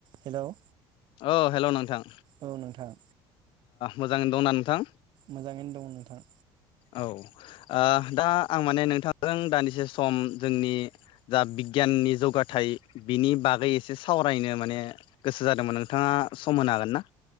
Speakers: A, on the right (about 55°); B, on the left (about 65°).
A: हेल'
B: अ हेल' नोंथां।
A: औ नोंथां।
B: मोजाङै दंना नोंथां?
A: मोजाङैनो दङ नोंथां।
B: औ आ दा आं माने नोंथांजों दानदिसे सम जोंनि जा बिगियाननि जौगाथायाइ बिनि बागै एसे सावरायनो माने गोसो जादोंमोन नोंथाङा सम होनो हागोन ना?